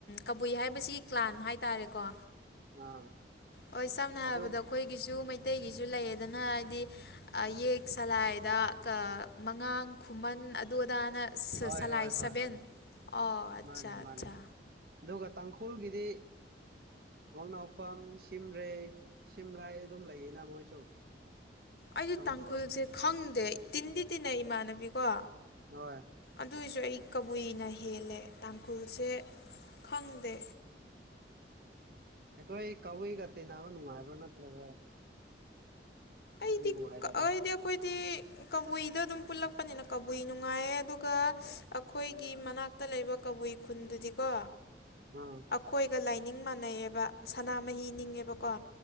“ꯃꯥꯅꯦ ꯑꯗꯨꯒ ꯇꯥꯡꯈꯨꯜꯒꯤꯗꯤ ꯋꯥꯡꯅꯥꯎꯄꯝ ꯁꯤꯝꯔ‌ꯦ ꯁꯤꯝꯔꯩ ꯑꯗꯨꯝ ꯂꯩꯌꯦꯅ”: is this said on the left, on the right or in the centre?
Right